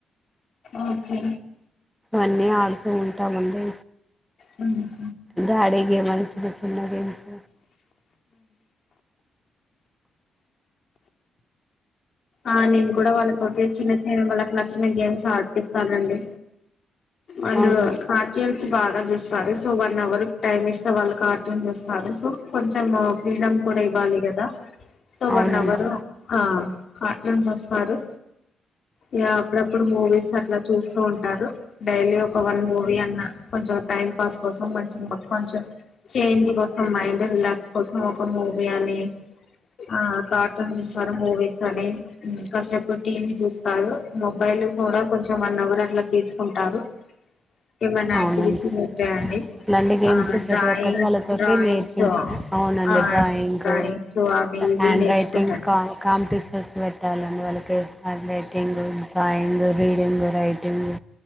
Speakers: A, on the left; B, in the centre.
A: ఒకే
B: అన్నీ ఆడుతూ ఉంటామండి
A: మ్మ్
B: దే అడిగి గేమలు చిన్న చిన్న గేమ్స్
A: ఆ నేను కూడా వాళ్ళతోటి చిన్న చిన్న వాళ్ళకి నచ్చిన గేమ్స్ ఆడిపిస్తానండి. అండ్
B: అవును
A: కార్ట్యున్స్ చి బాగా చూస్తారు సో వన్ అవర్ టైమ్ ఇస్తే వాళ్ళు కార్టున్స్ చూస్తారు సో కొంచెం ఫ్రీడం కూడా ఇవ్వాలి కదా. సో
B: అవునండి
A: వన్ అవర్ ఆ కార్టున్ చూస్తారు. ఇగా అప్పుడప్పుడు మూవీస్ అట్లా చూస్తూ ఉంటారు. డైలీ ఒక వన్ మూవీ అన్నా. కొంచం టైం పాస్ కోసం మంచి కొంచెం చేంజ్ కోసం మైండ్ రిలాక్స్ కోసం ఒక మూవీ అని ఆ కార్టూన్ చూస్తారు, మూవీస్ అని కాసేపు టీవీ చూస్త రు మొబైల్ కూడా కొంచెం వన్ అవర్ అట్లా తీసుకుంటారు. ఏమైనా
B: అవునండి.
A: యాక్టివిటీస్ ఉంటాయండి
B: ఇట్లాంటి గేమ్స్
A: ఆ
B: ప్రతి
A: డ్రాయింగ్
B: ఒక్కటి వాళ్ళతోటి
A: డ్రాయింగ్స్
B: నేర్పించ అవునండి,
A: ఆ
B: డ్రాయింగ్
A: డ్రాయింగ్స్ అవి ఇవి
B: హ్యాండ్
A: నేర్చుకుంటారు
B: రైటింగ్ కా కాంపిటీషన్స్ పెట్టాలండి. వాళ్ళకి handwriting writing, drawing reading, writing